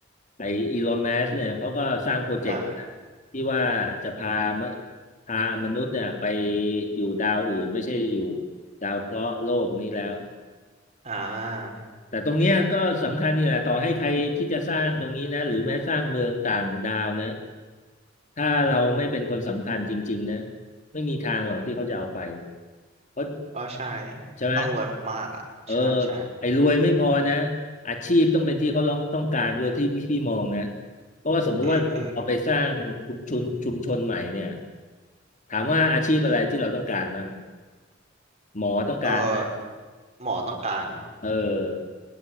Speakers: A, on the left; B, on the right.
A: ไออีลอนมัสเนี่ยเขาก็สร้างโปรเจกต์นะ
B: เอ่
A: ที่ว่าจะพามพามนุษย์เนี่ยไปอยู่ดาวอื่นไม่ใช่อยู่ดาวเคราะห์โลกนี้แล้ว
B: อ่า
A: แต่ตรงเนี้ยก็สำคัญนี่แหละต่อให้ใครที่จะสร้างตรงนี้นะหรือแม้สร้างเมืองต่างดาวนะถ้าเราไม่เป็นคนสำคัญจริงๆนะไม่มีทางหรอกที่เขาจะเอาไปเพราะ
B: ก็ใช่
A: ใช่ไหม
B: ต้องรวยมากๆอ่ะใช่ใช่
A: เออไอ้รวยไม่พอนะอาชีพต้องเป็นที่เขาร้องต้องการด้วยที่พี่มองนะเพราะว่าสมมุติว่าเราเอาไปสร้างชุมชนชุมชนใหม่เนี่ย
B: อืมอืม
A: ถามว่าอาชีพอะไรที่เราต้องการบ้างหมอต้องการไหม
B: เออหมอต้องการ
A: เออ